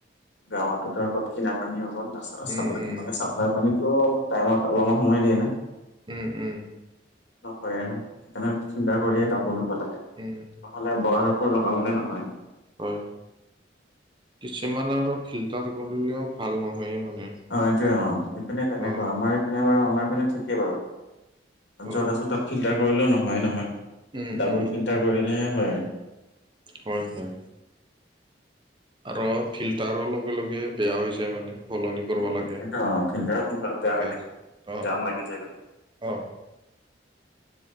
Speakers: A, on the left; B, on the right.
A: গাঁৱতোতো আত কিনা পানী অত না চ
B: উম, উম,
A: মানে চ পানীটো টাইমত অলপমান সময় দিয়ে না
B: উম উম
A: অ কৰে ন সেইকাৰণে চিন্তা কৰিয়ে কাপোৰ ধুব লাগে।
B: উম
A: নহ'লে <unintelligible> লগাবলেই নহয়।
B: হয়, কিছুমান আৰু ফিল্টাৰ কৰিলেও ভাল নহয়েই মানে।
A: অ', এইটোৱে অ', ইপিনে তেনেকুৱা,
B: অ'।
A: আমাৰ ইপিনে বাৰু আমাৰ পিনে ঠিকেই বাৰু।
B: অ',
A: য'ত আছোঁ তাত ফিল্টাৰ কৰিলেও নহয়েই নহয়,
B: উম,
A: ডাবল
B: উম,
A: ফিল্টাৰ কৰিলেহে হয় আৰু।
B: হয় হয়। আৰু ফিল্টাৰো লগে লগে বেয়া হৈ যায় মানে। সলনি কৰিব
A: উম
B: লাগে, এনেকা
A: এইটো অ ফিল্টাৰো সোনকালে বেয়া হৈ থাকে
B: হৈছে, অ',
A: জাম লাগি যায় গোটেই
B: অ'।